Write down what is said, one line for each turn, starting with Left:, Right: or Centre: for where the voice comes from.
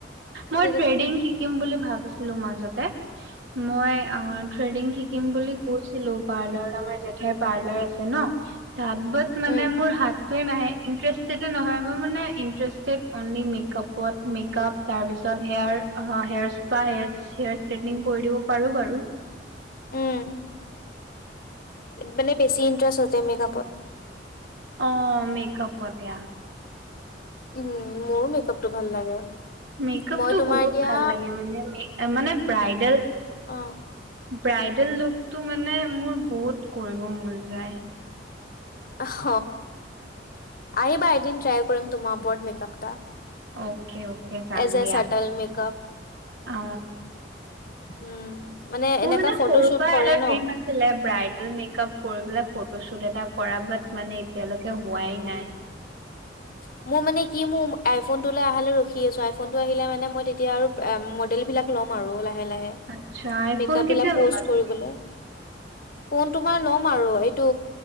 Right: মই
Left: এতিয়া
Right: ট্ৰেডিং
Left: যদি
Right: শিকিম বুলি ভাবিছো। লু মাজতে মই অ' থ্ৰেডিং শিকিম বুলি কৈছিলো। পাৰ্লাৰ আমাৰ জেঠাইৰ পাৰ্লাৰ আছে ন' তাত বাত
Left: উম
Right: মানে মোৰ হাত টোৱে নাহে ইন্টেৰেষ্টেড নহয় মো মানে ইন্টেৰেষ্টেড অনলি মেক কাপত মেকআপ তাৰপিছত হেয়াৰ আ'হেয়াৰ স্পা হেয়াৰ ষ্ট্ৰেটনিং কৰি দিব পাৰো বাৰু।
Left: উম, মানে বেছি ইণ্টাৰেষ্ট আছে মেকআপত।
Right: অ', মেকআপত ইয়া।
Left: উম, মোৰো মেকআপটো ভাল লাগে।
Right: মেকআপটো
Left: মই তোমাৰ
Right: বহুত
Left: এতিয়া
Right: ভাল লাগে মানে আ' মানে ব্ৰাইডেল
Left: অ
Right: ব্ৰাইডেল লুকটো মানে মোৰ বহুত কৰিব মন যায়।
Left: অহ, আহিবা এদিন ট্ৰাই কৰিম তোমাৰ ওপৰত মেকআপ এটা।
Right: অ'কে - অ'কে যাম
Left: এজ
Right: দিয়া
Left: এ চাৰ্টাল মেকআপ
Right: অ,
Left: উম,
Right: মোৰ
Left: এনেকা
Right: মানে সৰুৰ
Left: ফটো শ্বুট
Right: পৰা
Left: কৰে
Right: এটা ড্ৰিম
Left: ন
Right: আছিলে ব্ৰাইট। মেক আপ কৰি পেলাই ফটোশ্বুট এটা কৰা বাট মানে এতিয়ালৈকে হোৱাই নাই।
Left: <inaudible> মোৰ মানে কি মোৰ আইফোন আহে ৰখি আছো, আইফোন টো আহিলে মানে মই তেতিয়া আৰু মডেল বিলাক ল'ম। মাৰো লাহে - লাহে,
Right: আচ্ছা আইফোন
Left: মেক আপ
Right: কেতিয়া
Left: বিলাক পোষ্ট
Right: ল'বা তুমি?
Left: কৰিবলৈ। ফোন তোমাৰ ল'ম আৰু এইটো